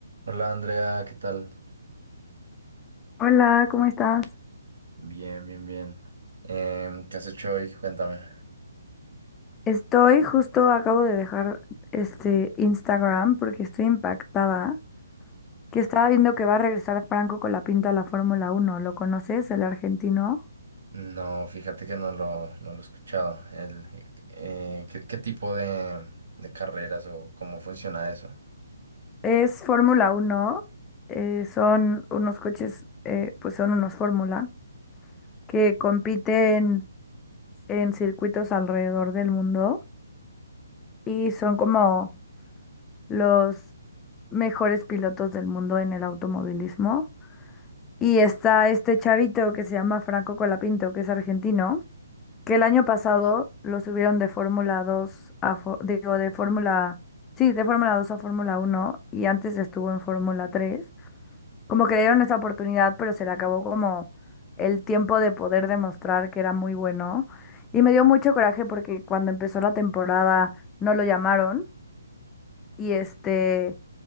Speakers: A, on the right; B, on the left.
A: Hola Andrea, ¿qué tal?
B: Hola, ¿cómo estás?
A: Bien, bien, bien. Em, ¿qué has hecho hoy? Cuéntame.
B: Estoy justo, acabo de dejar este Instagram porque estoy impactada, que estaba viendo que va a regresar Franco con la pinta a la Fórmula Uno. ¿Lo conoces, el argentino?
A: No, fíjate que no lo, no lo he escuchado. El, eh, ¿qué, qué tipo de, de carreras o cómo funciona eso?
B: Es Fórmula Uno. eh, son unos coches, eh, pues son unos Fórmula, que compiten en circuitos alrededor del mundo y son como los mejores pilotos del mundo en el automovilismo. Y está este chavito que se llama Franco Colapinto, que es argentino, que el año pasado lo subieron de Fórmula 2 a, Fo- digo, de Fórmula, sí, de Fórmula 2 a Fórmula uno y antes estuvo en Fórmula tres Como que le dieron esa oportunidad, pero se le acabó como el tiempo de poder demostrar que era muy bueno. Y me dio mucho coraje porque cuando empezó la temporada no lo llamaron y este...